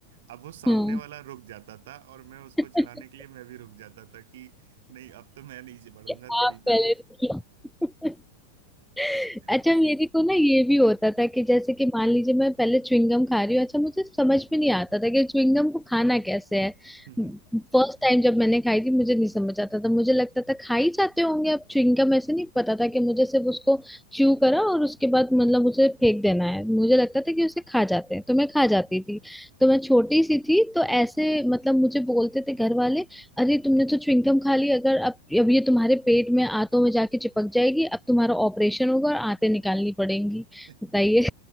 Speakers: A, on the right; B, in the centre.
A: अब वो सामने
B: हाँ
A: वाला रुक जाता था और मैं उसको
B: <laughs>
A: चिढ़ाने के लिए मैं भी रुक जाता था कि नहीं अब तो मैं नहीं बढ़ूंगा
B: कि
A: तुम
B: आप
A: ही पहले
B: पहले <laughs> अच्छा
A: और
B: मेरे को ना ये भी होता था कि जैसे कि मान लीजिए मैं पहले च्युइंगम खा रही हूँ अच्छा मुझे समझ में नहीं आता था कि च्युइंगम को खाना कैसे है
A: <laughs>
B: फर्स्ट टाइम जब मैंने खाई थी मुझे नहीं समझ आता था मुझे लगता था खा ही जाते होंगे अब च्युइंगम ऐसे नहीं पता था कि मुझे सिर्फ उसको च्यू करा और उसके बाद मतलब उसे फेंक देना है मुझे लगता था कि उसे खा जाते हैं तो मैं खा जाती थी तो मैं छोटी सी थी तो ऐसे मतलब मुझे बोलते थे घर वाले अरे तुमने तो च्युइंगम खा ली अगर अब अब ये तुम्हारे पेट में आंतों में जाके चिपक जाएगी अब तुम्हारा ऑपरेशन होगा और आंतें निकालनी पड़ेंगी
A: नहीं
B: बताइए